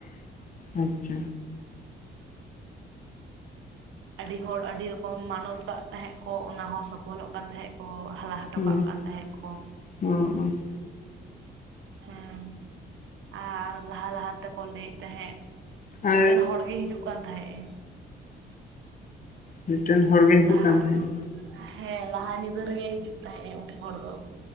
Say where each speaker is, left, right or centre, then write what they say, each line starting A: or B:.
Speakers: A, on the left; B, on the right.
A: ᱟᱪᱪᱷᱟ,
B: ᱟᱹᱰᱤ ᱦᱚᱲ ᱟᱹᱰᱤ ᱨᱚᱠᱚᱢ ᱢᱟᱱᱚᱛ ᱠᱟᱜ ᱛᱟᱦᱮᱸᱫ ᱠᱚ ᱚᱱᱟ ᱦᱚᱸ ᱥᱚᱯᱷᱚᱞᱚᱜ ᱠᱟᱱ ᱛᱟᱦᱮᱸᱫ᱾ ᱠᱚ ᱦᱟᱞᱟ ᱦᱚᱴᱚ
A: ᱦᱩᱸ
B: ᱠᱟᱜ ᱠᱟᱱ ᱛᱟᱦᱮᱸᱫ ᱠᱚ᱾
A: <inaudible>
B: ᱦᱮᱸ ᱟᱨ ᱞᱟᱦᱟ ᱞᱟᱦᱟ ᱛᱮᱠᱚ ᱞᱟᱹᱭᱮᱫ ᱛᱟᱦᱮᱸᱫ,
A: ᱟᱨ
B: ᱢᱤᱫᱴᱮᱱ ᱦᱚᱲ ᱜᱮ ᱦᱤᱡᱩᱜ ᱠᱟᱱ ᱛᱟᱦᱮᱸᱜ ᱮ᱾
A: ᱢᱤᱫᱴᱮᱱ ᱦᱚᱲ ᱜᱮ ᱦᱤᱡᱩᱜ
B: ᱞᱟᱦᱟ
A: ᱠᱟᱱ ᱛᱟᱸᱦᱮᱜ-ᱮ᱾
B: ᱦᱮᱸ ᱞᱟᱦᱟ ᱧᱤᱫᱟᱹ ᱨᱮᱜᱮ ᱦᱤᱡᱩᱜ ᱛᱟᱦᱮᱸᱜ-ᱮ ᱩᱱᱤ ᱦᱚᱲ ᱫᱚ᱾